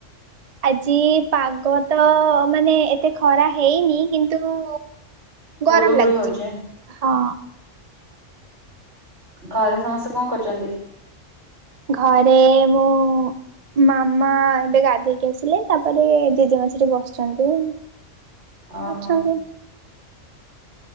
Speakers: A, on the right; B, on the right.
A: ଆଜି ପାଗ ତ ମାନେ ଏତେ ଖରା ହେଇନି କିନ୍ତୁ
B: ଗୁଳୁ
A: ଗରମ
B: ଗୁଳି
A: ଲାଗୁଚି
B: ହଉଛି।
A: ହଁ।
B: ଘରେ ସମସ୍ତେ କଣ କରୁଚନ୍ତି?
A: ଘରେ ମୁଁ ମାମା ଏବେ ଗାଧେଇକି ଆସିଲେ ତାପରେ ଜେଜେମା ସେଠି ବସିଚନ୍ତି।
B: ଓହୋ
A: ଅଛନ୍ତି।